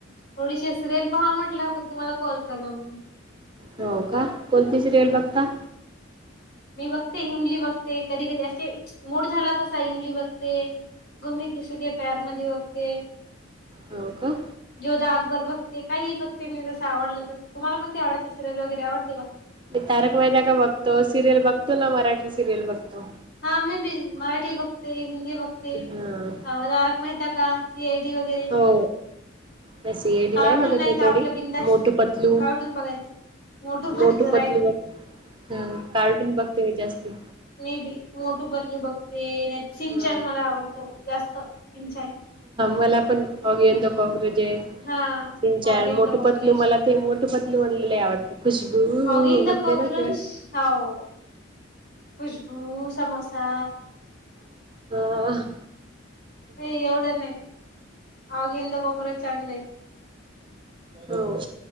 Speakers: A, on the left; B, on the right.
A: थोडीशी सरेल पाहा म्हटलं पण तुम्हाला कॉल करलो मी.
B: हो का. कोणती सिरियल बघता?
A: मी बघते इमली बघते. कधी कधी असे मूड झाला तसा इमली बघते. गुम है किसी के प्यार मध्ये बघते.
B: हो का.
A: जोधा अकबर बघते काहीही बघते मी जसं आवडलं तसं तुम्हाला पण ते आवडते सिरियल वगैरे आवडते का?
B: ते तारक मेहता का बघतो सिरियल बघतो ना मराठी सिरियल बघतो.
A: हा मी बी मराठी बघते, हिंदी बघते
B: हा
A: तारक मेहता कां. सी आय डी वगैरे
B: हो. नाही सी आय
A: कार्टून
B: डी नाही बघत मी
A: तर
B: तेवढी
A: आपलं बिंदास
B: मोठू पतलू
A: कार्टून बघायचे. मोटू
B: मोठू
A: राईट
B: पतलू बघ हा कार्टून बघते मी जास्ती.
A: मेबी मोटू पतलू बघते नाही तर, सिंचान
B: हा
A: मला आवडतं जास्त सिंचान.
B: मला पण अगयंत कॉक्रोचेस.
A: हा
B: सींजान
A: Oggy in
B: Motu
A: the cockroach
B: Patlu मला ते, मोटू पतलू म्हणलेले आवडते. खुशबू
A: ऑगी इन द
B: बड्डेला
A: कॉकरोच
B: केवाय
A: हो खुशबू समोसा.
B: त
A: नाही एवढं नाही आगिंद गोगरं चांगले आहे.
B: हो.